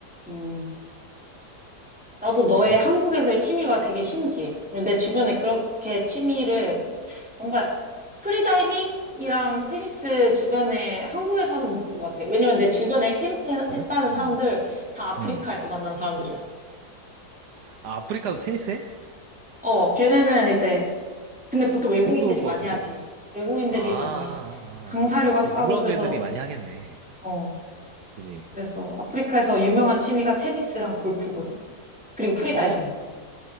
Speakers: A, in the centre; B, on the right.
A: 음. 나도 너의
B: 응.
A: 한국에서의 취미가 되게 신기해. 내 주변에 그렇게 취미를 뭔가 프리다이밍이랑 테니스 주변에 한국에서 하는 못 본 것 같아. 왜냐면 내 주변에 테니스 해-
B: 그래?
A: 했다는 사람들
B: 응.
A: 다 아프리카에서
B: 응.
A: 만난 사람들이야.
B: 아, 아프리카도 테니스 해?
A: 어, 걔네는 이제 근데 보통 외국인들이
B: 너무 더울 것
A: 많이
B: 같은데?
A: 하지. 외국인들이
B: 아, 아, 아,
A: 많이 해. 강사료가
B: 아.
A: 싸고
B: 유럽
A: 그래서
B: 애들이 많이 하겠네.
A: 어,
B: 그지?
A: 그래서 아프리카에서 유명한 취미가 테니스랑 골프거든. 그리고 프리다이빙.
B: 어,